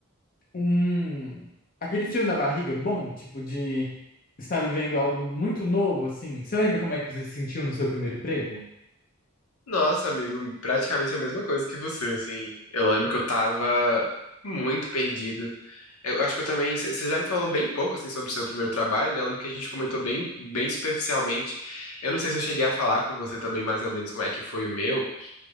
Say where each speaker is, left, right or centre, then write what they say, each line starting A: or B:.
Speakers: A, on the left (about 40°); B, on the left (about 85°).
A: um aquele frio na barriga bom, tipo de estar vivendo algo muito novo assim. Você lembra como é que você se sentiu no seu primeiro emprego?
B: Nossa, amigo, praticamente a mesma coisa que você, assim. Eu lembro que eu tava muito perdido. Eu acho que eu também. c- Você já me falou bem pouco, assim, sobre o seu primeiro trabalho, né? Eu lembro que a gente comentou bem, bem superficialmente. Eu não sei se eu cheguei a falar com você também, mais ou menos, como é que foi o meu.